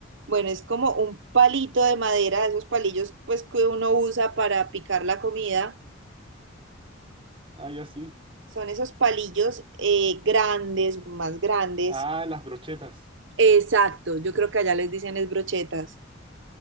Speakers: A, on the right; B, on the right.
A: Bueno, es como un palito de madera, esos palillos pues que uno usa para picar la comida.
B: Ah, ya sí.
A: Son esos palillos eh, grandes, más grandes.
B: Ah, las brochetas.
A: Exacto, yo creo que allá les dicen es brochetas.